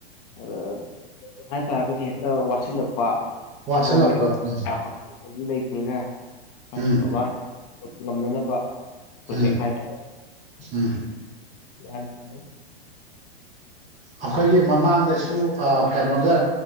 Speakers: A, on the left; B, on the right.
A: <unintelligible> ꯍꯥꯏꯇꯥꯔꯒꯗꯤ ꯍꯦꯛꯇ ꯋꯥꯁꯤꯜꯂꯛꯄ
B: ꯋꯥꯠꯁꯤꯜꯂꯛꯄ
A: <unintelligible>
B: ꯎꯝ ꯎꯝ
A: <unintelligible> ꯉꯝꯅꯅꯕ ꯄ꯭ꯔꯣꯖꯦꯛ
B: ꯎꯝ
A: ꯍꯥꯏꯇꯥꯔꯦ <unintelligible>
B: ꯎꯝ ꯑꯈꯣꯏꯒꯤ ꯃꯃꯥꯡꯗꯁꯨ ꯑꯥ ꯀꯩꯅꯣꯒ